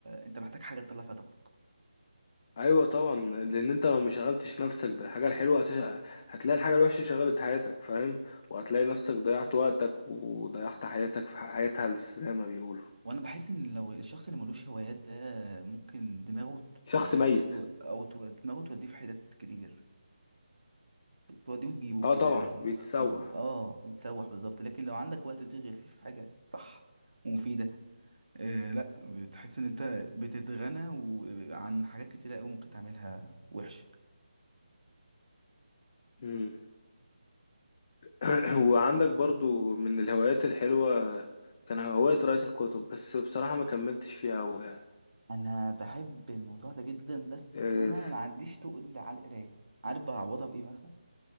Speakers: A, on the right; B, on the left.
A: انت محتاج حاجه تطلع فيها طاقتك
B: ايوه طبعا لان انت لو ما شغلتش نفسك بالحاجه الحلوه هتش... هتلاقي الحاجه الوحشه شغلت حياتك فاهم وهتلاقي نفسك ضيعت وقتك وضيعت حياتك في ح- حياة هلس زي ما بيقولوا
A: وانا بحس ان لو الشخص اللي ملوش هوايات ده ممكن دماغه ت...
B: شخص ميت
A: ت- او ت... دماغه توديه في حتت كتير توديه وتجيبه
B: اه
A: كده
B: طبعا بيتسوح
A: و... اه بيتسوح بالظبط لكن لو عندك وقت تشغل فيه في حاجه صح ومفيده آه لا بتحس ان انت بتتغنى و... عن حاجات كتيره قوي ممكن تعملها وحش
B: امم <clears throat>
A: ط-
B: وعندك برضو من الهوايات الحلوه كان هوايه قراءه الكتب بس بصراحه ما كملتش فيها أوي يعني
A: انا بحب الموضوع ده جدا بس
B: آه،
A: انا
B: ف-
A: ما عنديش تقل على القرايه عارف بعوضها بايه مثلا